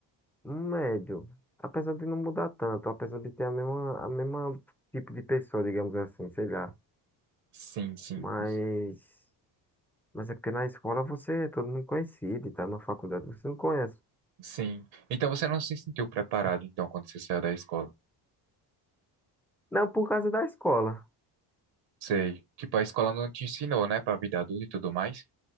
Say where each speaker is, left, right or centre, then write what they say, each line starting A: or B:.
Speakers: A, in the centre; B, on the right.
A: médio. Apesar de não mudar tanto, apesar de ter a mesma, a mesma tipo de pessoa, digamos assim, sei lá.
B: Sim, sim.
A: Mas.
B: com-
A: Mas é porque na escola você é todo mundo conhecido e tá na faculdade você não conhece.
B: Sim. Então você não se sentiu preparado, então, quando você saiu da escola?
A: Não por causa da escola.
B: Sei. Tipo, a escola não te ensinou, né, pra vida adulta e tudo mais.